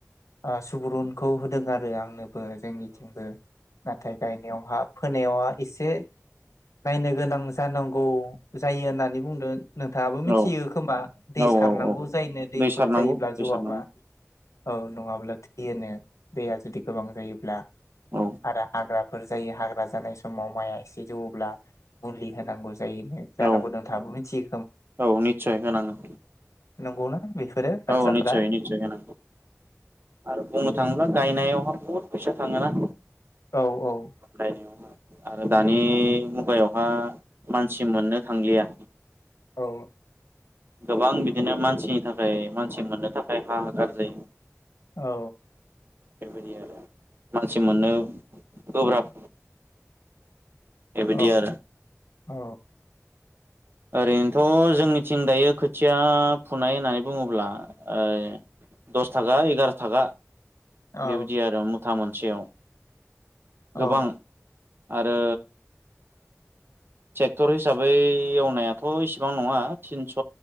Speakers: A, on the left; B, on the right.
A: ओ सुबुरुनखौ होदों आरो आंनो। बो जोंनिथिंबो नाथाय गायनायावहा फोनायावहा एसे नायनो गोनां जानांगौ जायो होननानै बुंदों। नोंथाङाबो मिथियो
B: औ
A: खोमा दै
B: औ
A: सारनांगौ
B: औ औ
A: जायनो दैफोर
B: दै सारनांगौ
A: जायोब्ला
B: दै
A: जौवाबा
B: सारनांगौ
A: औ नङाब्ला थि होनो दैया जुदि गोबां जायोब्ला
B: औ
A: आरो हाग्रा। फोर जायो हाग्रा जानाय समाव माइआ एसे जौवोब्ला मुलि होनांगौ। जायो जानांगौ
B: औ
A: नोंथाङाबो मिथि
B: औ निस्सय होनाङो।
A: नंगौना बेफोरो बाथ्राफोरा
B: औ निस्सय निस्सय होनांगौ। आरो बुंनो थाङोब्ला गायनायावहा बुहुद फैसा थाङोना।
A: औ औ।
B: फरायनायावहा आरो दानि मुगायावहा मानसि मोननो थांलिया।
A: औ।
B: गोबां बिदिनो मानसिनि थाखाय मानसि मोननो थाखाय हा होगार जायो।
A: औ।
B: बेबायदि आरो मानसि मोननो गोब्राब। बेबायदि
A: औ
B: आरो।
A: औ।
B: ओरैनोथ' जोंनिथिं दायो खोथिया फुनाय होननानै बुङोब्ला ओ दस थाखा एगार' थाखा।
A: औ
B: बेबायदि आरो मुथा मोनसेयाव गोबां।
A: औ
B: आरो। ट्रेक्टर हिसाबै एवनायाथ' इसिबां नङा थिनस'